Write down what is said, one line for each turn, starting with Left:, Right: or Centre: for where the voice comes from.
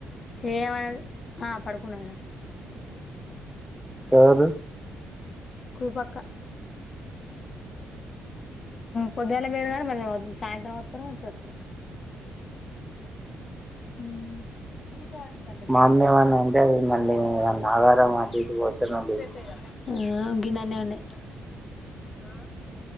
Left: ఏమైనది ఆ పడుకున్నరా
Centre: ఎవరు
Left: కుపక్క పొద్దుల మీద కానీ మ సాయంత్రం వత్తరం ఇప్పుడు వస్తరో. హ <unintelligible>
Centre: మా అమ్మ ఏమన్నా అంటది మళ్ళీ ఆగారం అటు ఇటు పోతే మళ్ళీ
Left: గిననే ఉన్నాయి ఆ